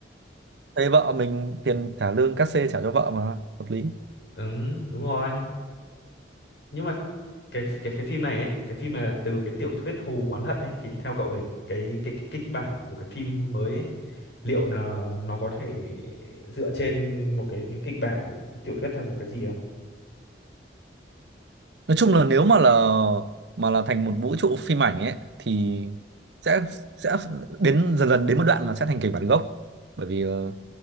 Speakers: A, on the right; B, on the left.
A: thế vợ mình tiền trả lương cát xê trả cho vợ mà hợp lý
B: Ừ, đúng rồi. Nhưng mà cái cái cái phim này ấy, cái phim này là từ cái tiểu thuyết Hù Oán Hận ấy thì theo cậu thì cái cái cái kịch bản của cái phim mới ấy, liệu là nó có thể dựa trên một cái, cái kịch bản của cái tiểu thuyết hay một cái gì không?
A: nói chung là nếu mà là mà là thành một vũ trụ phim ảnh ấy thì sẽ sẽ đến dần dần đến một đoạn là sẽ thành kịch bản gốc bởi vì ờ,